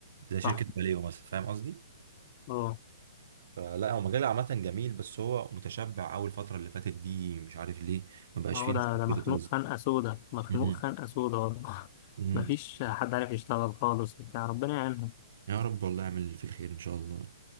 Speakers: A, on the right; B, on the left.
A: زي شركه
B: صح
A: باليو مثلا فاهم قصدي؟
B: اه
A: فلا هو مجال عامه جميل بس هو متشبع اول الفتره اللي فاتت دي مش عارف ليه ما بقاش
B: ما هو
A: فيه ناس
B: ده
A: كتير
B: ده مخنوق
A: بتتوظف
B: خنقة سودا مخنوق
A: مم.
B: خنقة سودا والله <laughs>
A: مم.
B: مفيش حد عارف يشتغل خالص وبتاع ربنا يعينهم
A: يا رب والله اعمل اللي فيه الخير ان شاء الله